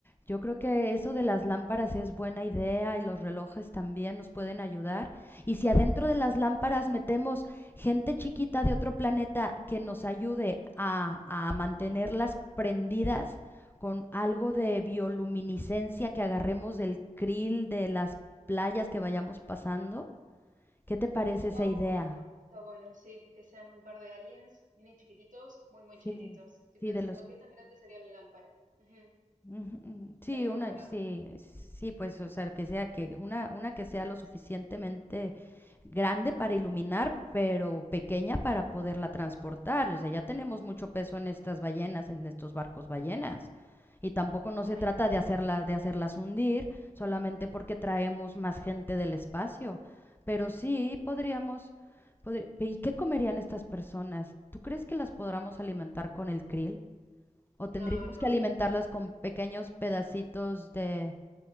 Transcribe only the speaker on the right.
está
bueno, está bueno, sí, que sean un par de aliens, mini chiquititos, muy, muy
chiquititos. Estoy
pensando
qué tan grande sería la lámpara. Ujú,
Estaría
bueno.
<laughs>
No, no,